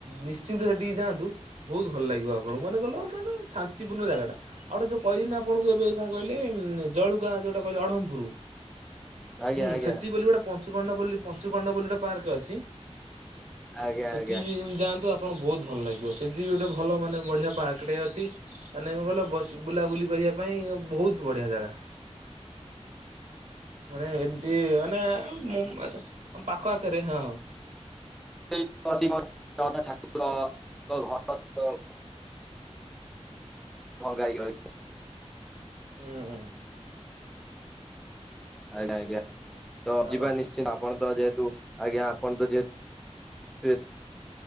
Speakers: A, on the right; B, in the centre.
A: ନିଶ୍ଚିନ୍ତ ସେଠିକି ଯାଆନ୍ତୁ ବୋହୁତୁ ଭଲ ଲାଗିବ ଆପଣଙ୍କୁ ମାନେ ଗଲ ମାନେ ଶାନ୍ତିପୂର୍ଣ୍ଣ ଜାଗାଟା ଆଉ ଗୋଟେ ଯୋଉ କହିିଲିନି ଆ ପଣୁଙ୍କୁ ଏବେ କଁ କହିଲେ ଉଁ ଜଳୁକୁଆ ଯୋଉଟା କହିଲେ ଅଢମପୁରୁ
B: ଆଜ୍ଞା
A: ହୁଁ
B: ଆଜ୍ଞା
A: ସେଠି ବୋଲି ଗୋଟା ପଞ୍ଚୁପାଣ୍ଡବ ବୋଲି ପଞ୍ଚୁପାଣ୍ଡବ ବୋଲି ଗୋଟେ ପାର୍କ ଅଛି
B: ଆଜ୍ଞା
A: ସେଠି
B: ଆଜ୍ଞା
A: ବି ଯାଆନ୍ତୁ ଆ ଆପଣ ବୋହୁତ ଭଲ ଲାଗିବ ସେଯି ବି ଗୋଟେ ଭଲ ମାନେ ବଢିଆ ପାର୍କଟେ ଅଛି। ମାନେ କଁ କହିଲ ବସି ବୁଲାବୁଲି କରିବା ପାଇଁ ଭୋଉତ ବଢିଆ ଜାଗା। ମାନେ ଏମତି ମାନେ ମୋ ମେ ଆମ ପାଖ ଆଖେରେ ହଁ।
B: <unintelligible> ଅଛି <unintelligible> ଠାକୁରଙ୍କ ଘର <unintelligible> ଭଙ୍ଗା ହେଇକି ରହିଛି।
A: ହୁଁ ଉଁ।
B: ଆଜ୍ଞା ଆଜ୍ଞା ତ
A: ହ୍ୟାଲୋ
B: ଯିବା ନିଶ୍ ଚିନ୍ତ ଆପଣ ତ ଯେହେତୁ ଆଜ୍ଞା ଆପଣ ତ ଯେହେତୁ ଏ